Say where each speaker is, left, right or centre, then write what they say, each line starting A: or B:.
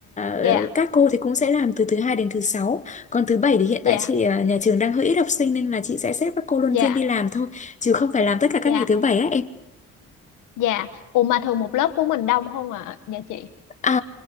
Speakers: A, on the left; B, on the left.
A: ờ,
B: dạ
A: các cô thì cũng sẽ làm từ thứ hai đến thứ sáu còn thứ bảy thì hiện
B: dạ
A: tại chị ờ, nhà trường đang hơi ít học sinh nên là chị sẽ xếp các cô luân
B: dạ
A: phiên đi làm thôi chứ không phải làm tất cả các
B: dạ
A: ngày thứ bảy á em
B: dạ ủa mà thường một lớp của mình đông không ạ à? nhà chị
A: À,